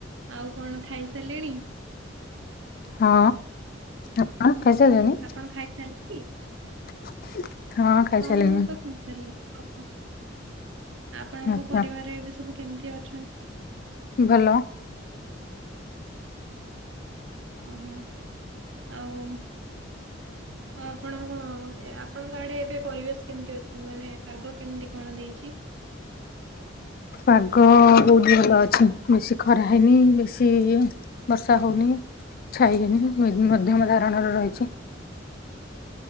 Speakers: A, on the right; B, on the left.
A: ଆଉ କଣ ଖାଇ ସାଇଲେଣି?
B: ହଁ ଆପ ଖାଇ ସାଇଲେଣି?
A: ଆପଣ ଖାଇସାରିଲେ?
B: <inaudible> ଖାଇସାରିଲିଣି
A: ହଁ ମୁଁ ତ ଖାଇ ସରିଲି ରଖ। ଆପଣଙ୍କ
B: ଆଚ୍ଛା।
A: ପରିବାରେ ଏବେ ସବୁ କେମିତି ଅଛନ୍ତି?
B: ଭଲ।
A: ଓହୋ ଆଉ ଆପଣଙ୍କ ଏ ଆପଣଙ୍କ ଆଡେ ଏବେ ପରିବେଶ କେମିତି ଅଛି ମାନେ ପାଗ କେମିତି କଣ ଦେଇଚି?
B: ପାଗ ବହୁତ ଭଲ ଅଛି ବେଶୀ ଖରା ହେଇନି ବେଶୀ ଇଏ ବର୍ଷା ହଉନି ଛାଇ ହେନି ଇଁ ମ ମଧ୍ୟମ ଧାରଣ ର ରହିଛି।